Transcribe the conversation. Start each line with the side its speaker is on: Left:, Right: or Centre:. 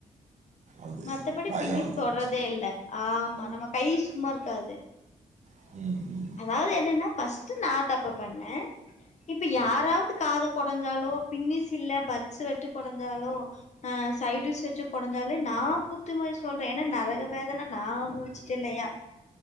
Right: அது
Left: மத்தபடி
Right: பயம்
Left: பினிஸ்
Right: வந்துச்சு
Left: தொடர்றதே இல்ல ஆமா நம்ம கை சும்மா இருக்காது
Right: ம்
Left: அதாவது என்னன்னா ஃபர்ஸ்ட்டு நா தப்பு பண்ண இப்ப யாராவது காத கொடஞ்சாலோ பின்னீஸ் இல்ல பட்ஸ்ஸ வட்டு கொடஞ்சாலோ ஆ சைடூசி வச்சி கொடஞ்சாலே நா புத்திமதி சொல்ற ஏனா நரக வேதன நா அனுவிச்சிட்ட இல்லையா